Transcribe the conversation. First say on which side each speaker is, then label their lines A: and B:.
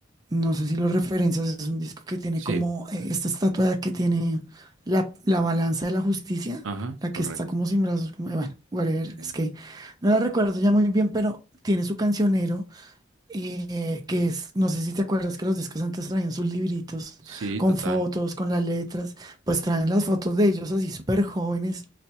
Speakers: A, on the right; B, on the right.
A: No sé si lo referencias, es un disco que tiene
B: Sí,
A: como eh, esta estatua que tiene la, la balanza de la justicia,
B: ajá,
A: la
B: correcto.
A: que está como sin brazos, como, eh, bueno, whatever,
B: Sí,
A: es que no la recuerdo ya muy bien, pero tiene su cancionero eh, que es, no sé si te acuerdas que los discos antes traían sus libritos
B: sí,
A: con
B: total.
A: fotos, con las letras, pues traen las fotos de ellos así súper jóvenes.